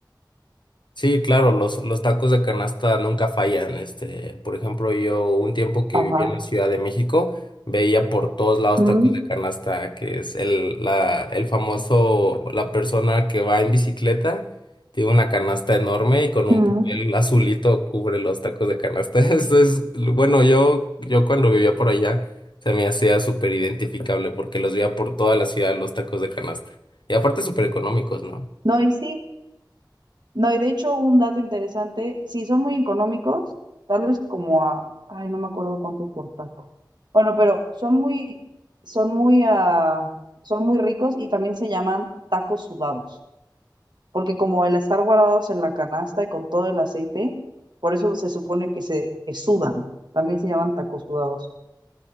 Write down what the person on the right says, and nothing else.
Ajá.
Mm,
mm.
No, y sí, no, y de hecho un dato interesante, sí, son muy económicos, tal vez como a, ay, no me acuerdo cuánto por taco. Bueno, pero son muy, son muy, ah, son muy ricos y también se llaman tacos sudados. porque como el estar guardados en la canasta y con todo el aceite, por eso se supone que se que sudan, también se llaman tacos sudados.